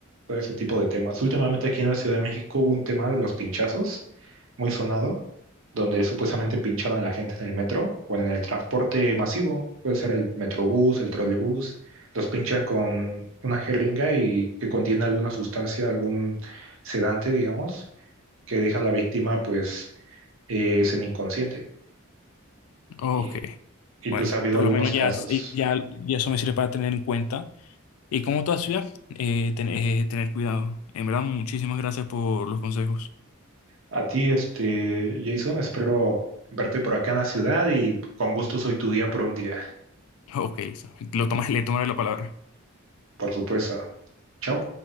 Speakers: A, on the right; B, on the left.
A: todo ese tipo de temas. Últimamente aquí en la Ciudad de México hubo un tema de los pinchazos, muy sonado, donde supuestamente pinchaban a la gente en el metro o en el transporte masivo. Puede ser el metrobús, el trolebús. Los pinchan con una jeringa y que contiene alguna sustancia, algún sedante, digamos, que deja a la víctima pues eh, semi-inconsciente.
B: Ok.
A: Y, y
B: Bueno,
A: pues ha habido
B: por
A: algunos
B: lo menos
A: casos.
B: ya, ya, ya eso me sirve para tener en cuenta. Y como toda ciudad, eh, ten- eh, tener cuidado. En verdad, muchísimas gracias por los consejos.
A: A ti, este, Jason, espero verte por acá en la ciudad y con gusto soy tu guía por un día,
B: Ok, Lisa, lo tomas, le tomaré la palabra.
A: por supuesto. Chao.